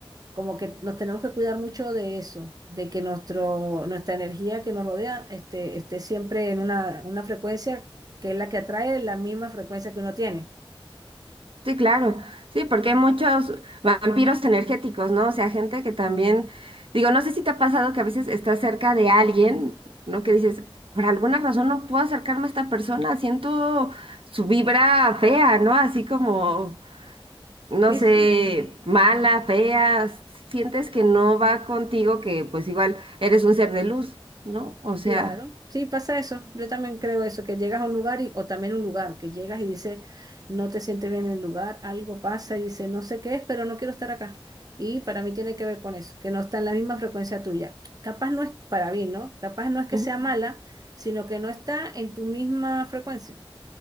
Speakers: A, on the right; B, on the right.
A: como que nos tenemos que cuidar mucho de eso, de que nuestro, nuestra energía que nos rodea esté, esté siempre en una, una frecuencia que es la que atrae la misma frecuencia que uno tiene.
B: Sí, claro, sí, porque hay muchos vampiros energéticos, ¿no? O sea, gente que también, digo, no sé si te ha pasado que a veces estás cerca de alguien, ¿no? Que dices, por alguna razón no puedo acercarme a esta persona, siento su vibra fea, ¿no? Así como, no
A: Sí,
B: sé,
A: sí.
B: mala, fea, sientes que no va contigo, que pues igual eres un ser de luz, ¿no? O sea,
A: Claro, sí, pasa eso. Yo también creo eso, que llegas a un lugar y, o también un lugar, que llegas y dices, no te sientes bien en el lugar, algo pasa y dices, no sé qué es, pero no quiero estar acá. Y para mí tiene que ver con eso, que no está en la misma frecuencia tuya. Capaz no es para mí, ¿no? Capaz no es que
B: Ujú.
A: sea mala, sino que no está en tu misma frecuencia.